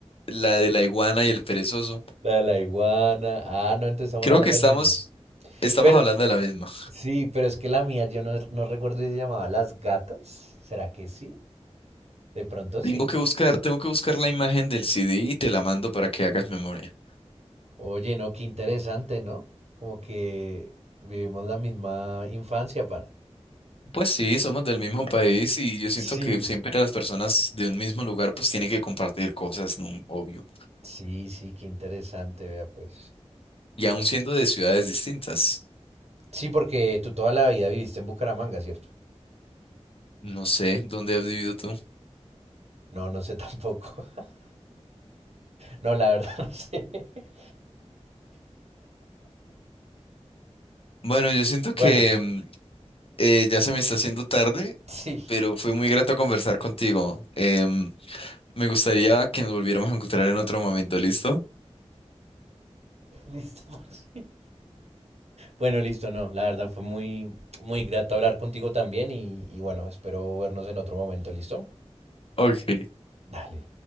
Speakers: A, on the left; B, on the right.
A: La de la iguana y el perezoso.
B: La de la iguana. Ah, no, entonces estamos
A: Creo
B: hablando
A: que estamos,
B: del mismo.
A: estamos
B: Pero,
A: hablando de la misma.
B: Sí, pero es que la mía, yo no, no recuerdo si se llamaba Las Gatas. ¿Será que sí? De pronto
A: Tengo
B: sí.
A: que buscar, tengo que buscar la imagen del CD y te la mando para que hagas memoria.
B: Oye, no, qué interesante, ¿no? Como que vivimos la misma infancia para.
A: Pues sí, somos del mismo país y yo siento
B: Sí.
A: que siempre las personas de un mismo lugar pues tienen que compartir cosas, ¿no? Obvio.
B: Sí, sí, qué interesante, vea pues.
A: Y aún siendo de ciudades distintas.
B: Sí, porque tú toda la vida viviste en Bucaramanga, ¿cierto?
A: No sé, ¿dónde has vivido tú?
B: No, no sé tampoco. <laughs> No, la verdad no sé. <laughs>
A: Bueno, yo siento
B: Bueno,
A: que mm, eh, ya se me está haciendo tarde,
B: sí,
A: pero fue muy grato conversar contigo. Em, me gustaría que nos volviéramos a encontrar en otro momento, ¿listo?
B: <laughs> listo. Marci. Bueno, listo, no, la verdad fue muy, muy grato hablar contigo también y, y bueno, espero vernos en otro momento, ¿listo?
A: Ok.
B: Dale.